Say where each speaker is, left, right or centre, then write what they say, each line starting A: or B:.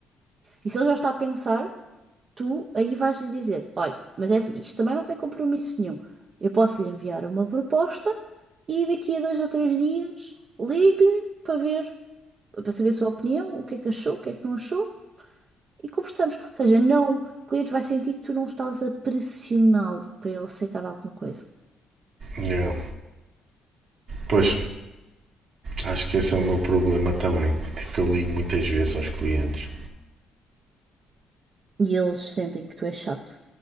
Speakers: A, on the right (about 50°); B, on the right (about 65°).
A: E se ele já está a pensar, tu aí vais-lhe dizer: olha, mas é assim, isto também não tem compromisso nenhum. Eu posso lhe enviar uma proposta e daqui a dois ou três dias ligo-lhe para ver, para saber a sua opinião, o que é que achou, o que é que não achou e conversamos. Ou seja, não, o cliente vai sentir que tu não estás a pressioná-lo para ele aceitar alguma coisa.
B: Yeah. Pois, acho que esse é o meu problema também. É que eu ligo muitas vezes aos clientes.
A: E eles sentem que tu és chato.